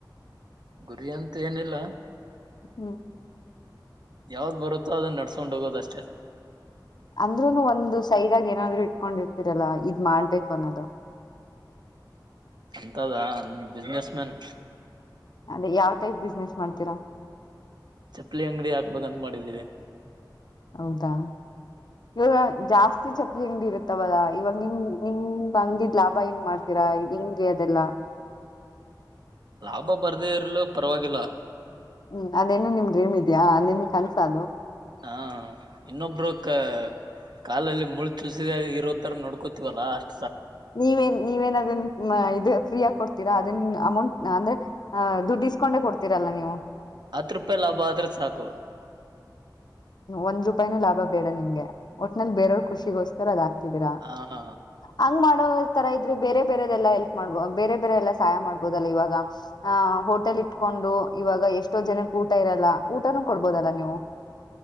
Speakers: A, on the right; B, on the left.
A: ಗುರಿ ಅಂತ ಏನಿಲ್ಲ
B: ಹ್ಮ್
A: ಯಾವ್ದ್ ಬರುತ್ತೋ ಅದನ್ನ ನಡ್ಸ್ಕೊಂಡ್ ಹೋಗೋದಷ್ಟೇ
B: ಅಂದ್ರೂನೂ ಒಂದು ಸೈಡ್ಗ ಏನಾದ್ರು ಇಟ್ಕೊಂಡಿರ್ತರಲ್ಲ ಇದ್ ಮಾಡ್ಬೇಕು ಅನ್ನೋದು
A: ಅಂತದ ಬಿಸಿನೆಸ್ ಮ್ಯಾನ್ <unintelligible>
B: ಅದೇ ಯಾವ್ ಟೈಪ್ ಬಿಸ್ನೆಸ್ ಮಾಡ್ತೀರಾ
A: ಚಪ್ಪಲಿ ಅಂಗಡಿ ಹಾಕ್ಬೇಕ ಅಂದ ಮಾಡಿದ್ದೀವಿ
B: ಹೌದಾ <unintelligible> ಇ ಜಾಸ್ತ ಜಾಸ್ತಿ ಚಪ್ಲಿ ಅಂಗಡಿ ಇರುತ್ತಾವಲ್ಲಾ ಇವಾಗ ನಿಮ್ ನಿಮ ಅಂಗಡಿದ್ ಲಾಭ ಹೆಂಗ್ ಮಾಡ್ತೀರಾ ಹೆಂಗೆ ಅದೆಲ್ಲ
A: ಲಾಭ ಬರ್ದೇ ಇರ್ಲು ಪರವಾಗಿಲ್ಲ
B: ಹ್ಮ್ ಅದೇನು ನಿಮ್ ಡ್ರೀಮ್ ಇದಿಯಾ ನಿಮ್ಗ್ ಕನಸ ಅದು
A: ಹಾ ಇನ್ನೊಬ್ರು ಕ ಕಾಲಲ್ಲಿ ಮುಳು ಚುಸಲಿ ಇರೋ ತರ ನೋಡ್ಕೋತಿವಲ್ಲಾ ಅಷ್ಟ
B: ನೀವೇನ್ ನೀವೇನದನ್ ಇದ್ ಫ್ರೀ ಆ <unintelligible> ಕೊಡ್ತೀರಾ ಅದನ್ ಅಮೌಂಟ್ ಅಂದ್ರೆ ಅ ದುಡ್ಡಿಸ್ಕೊಂಡೆ ಕೊಡ್ತೀರಲ್ಲಾ ನೀವು
A: ಹತ್ ರೂಪಾಯಿ ಲಾಭ ಆದ್ರ ಸಾಕು
B: ಒಂದ್ ರೂಪಾಯನುು ಲಾಭ ಬೇಡ ನಿಮ್ಗೆ ಒಟ್ನೇಲ್ಲಿ ಬೇರವ್ರರು ಖುಷಿಗೋಸ್ಕರ ಅದ ಆತ <unintelligible> ರಾ
A: ಹ
B: ಹಂಗ್ ಮಾಡೋ ತರ ಇದ್ರೆ ಬೇರೆ ಬೇರೆದೆಲ್ಲ ಎಲ್ಪ್ ಮಾಡ್ಬೋ ಬೇರೆ ಬೇರೆ ಎಲ್ಲಾ ಸಹಾಯ ಮಾಡ್ಬೋದಲ್ಲಾ ಇವಾಗ ಅ ಹೋಟೆಲ್ ಇಟ್ಕೊಂಡು ಇವಾಗ ಎಷ್ಟೋ ಜನಕ್ಕೆ ಊಟ ಇರಲ್ಲ ಊಟನೂ ಕೊಡ್ಬೋದಲ್ಲಾ ನೀವು